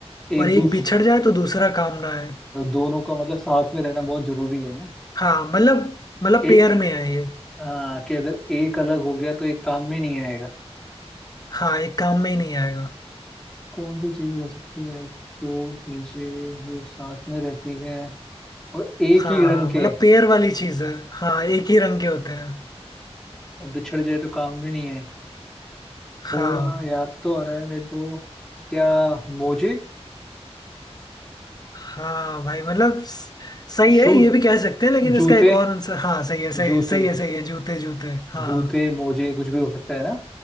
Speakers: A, in the centre; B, on the left.
A: एक
B: और एक
A: दूस
B: बिछड़ जाए तो दूसरा काम ना है
A: दोनों का मतलब साथ में रहना बहुत जरूरी है ना
B: हाँ मतलब मतलब
A: ए
B: पेयर में है ये
A: आ, कि अगर एक अलग हो गया तो एक काम में नहीं आएगा
B: हाँ एक काम में ही नहीं आएगा
A: कौन सी चीज हो सकती है दो चीजें जो साथ में रहती है और एक
B: हाँ
A: ही रंग
B: हाँ
A: के
B: मतलब
A: हैं
B: पेयर वाली चीज है हाँ एक ही रंग के होते हैं
A: और बिछड़ जाए तो काम में नहीं थोड़ा
B: हाँ
A: याद तो आ रहा है मेरे को क्या मोजे
B: हाँ भाई मतलब स- सही
A: शूज
B: है ये भी कह सकते हैं लेकिन
A: जूते
B: इसका एक और आंसर हाँ सही है
A: जूते
B: सही है सही है सही है जूते जूते हाँ
A: जूते मोजे कुछ भी हो सकता है ना